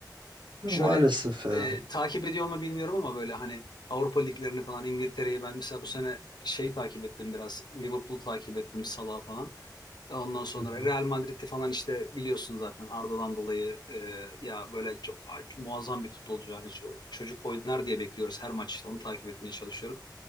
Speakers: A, on the right; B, on the left.
A: Ya
B: Şöyle
A: Maalesef ya.
B: e, takip ediyor mu bilmiyorum ama böyle hani Avrupa liglerini falan İngiltere'yi ben mesela bu sene şey takip ettim biraz. Liverpool'u takip ettim Salah'ı falan. Ondan sonra
A: Hı hı.
B: Real Madrid'de falan işte biliyorsun zaten Arda'dan dolayı e, ya böyle çok, ac- muazzam bir futbolcu. Hani ço- çocuk oynar diye bekliyoruz her maç işte onu takip etmeye çalışıyorum.